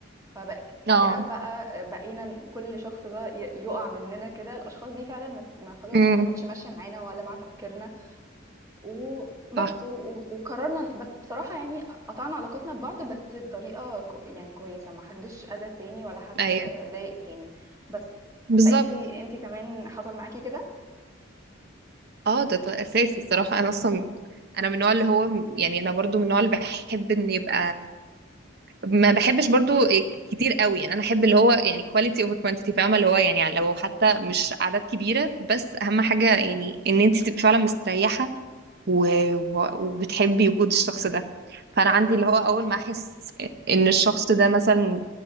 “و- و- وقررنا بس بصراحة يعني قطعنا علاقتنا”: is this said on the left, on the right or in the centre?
Right